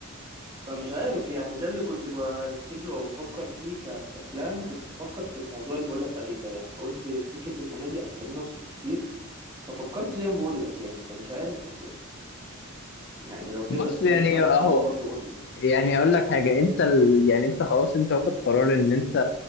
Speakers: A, on the right (about 20°); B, on the left (about 50°).
A: فمش عارف يعني ده اللي كنت برتب له او بفكر فيه ك... كبلان كنت بفكر في الموضوع اللي بقول لك عليه ده يعني قلت سكة الفنادق هتخليني اصرف كتير ففكرت زي ما بقول لك يعني فمش عارف يعني لو تقدر
B: بص
A: تظبط
B: يعني
A: معايا
B: أهو
A: البلان برضو قول لي
B: يعني أقول لك حاجة أنت ال... يعني أنت خلاص أنت واخد قرار إن أنت